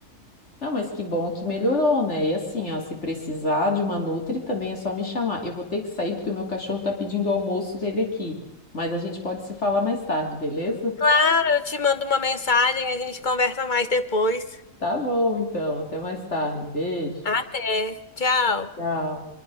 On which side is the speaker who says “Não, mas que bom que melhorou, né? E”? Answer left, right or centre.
Left